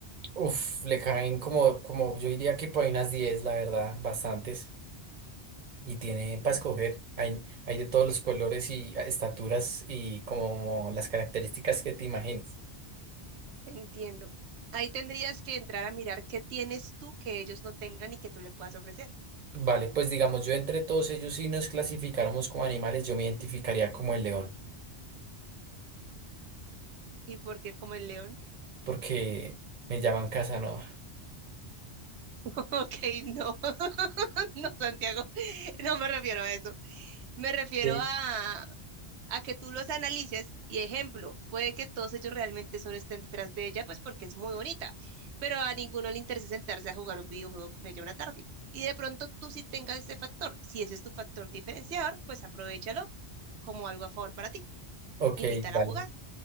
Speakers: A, on the right; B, on the right.
A: uff, le caen como, como yo diría que por ahí unas 10, la verdad, bastantes. Y tiene para
B: Mm.
A: escoger, hay, hay de todos los colores y ah, estaturas y como las características que te imagines.
B: Entiendo. Ahí tendrías que entrar a mirar qué tienes tú que ellos no tengan y que tú le puedas ofrecer.
A: Vale, pues digamos, yo entre todos ellos, si nos clasificáramos como animales, yo me identificaría como el león,
B: ¿Y por qué como el león?
A: porque me llaman Casanova.
B: <laughs> Ok, no, <laughs> no, Santiago, no me refiero a eso. Me refiero
A: Ok.
B: a, a que tú los analices y ejemplo, puede que todos ellos realmente solo estén detrás de ella, pues porque es muy bonita, pero a ninguno le interesa sentarse a jugar un videojuego con ella una tarde. Y de pronto tú sí tengas ese factor, si ese es tu factor diferenciador, pues aprovechalo como algo a favor para ti.
A: Ok,
B: Invítala
A: vale.
B: a jugar.